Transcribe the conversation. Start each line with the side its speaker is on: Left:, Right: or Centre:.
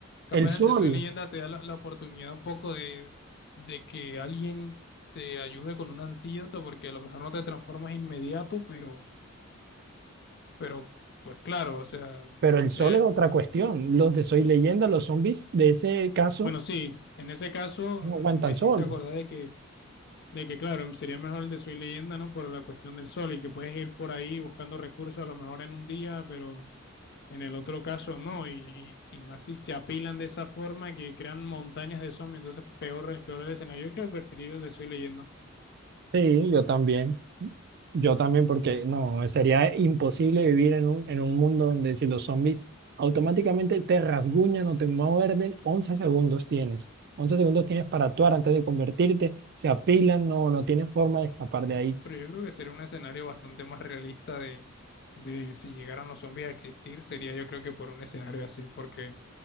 Left: Capaz
Right: el sol,
Left: el de Soy Leyenda te da la, la oportunidad un poco de, de que alguien te ayude con un antídoto, porque a lo mejor no te transformas inmediato, pero, pero pues claro, o sea,
Right: pero el sol
Left: eh,
Right: es otra cuestión. Los de Soy Leyenda, los zombies de ese caso,
Left: bueno, sí, en ese caso
Right: no
Left: mm,
Right: aguantan
Left: me hiciste
Right: sol.
Left: acordar de que, de que claro, sería mejor el de Soy Leyenda, ¿no? Por la cuestión del sol y que puedes ir por ahí buscando recursos a lo mejor en un día, pero en el otro caso no, y, y más si se apilan de esa forma que crean montañas de zombies, entonces peor, peor el escenario. Yo creo que preferiría el de Soy Leyenda.
Right: Sí, yo también. Yo también, porque no, sería imposible vivir en un, en un mundo donde si los zombies automáticamente te rasguñan o te muerden, 11 segundos tienes. once segundos tienes para actuar antes de convertirte, se apilan, no, no tienes forma de escapar de ahí.
Left: Pero yo creo que sería un escenario bastante más realista de, de si llegaran los zombies a existir, sería yo creo que por un escenario así, porque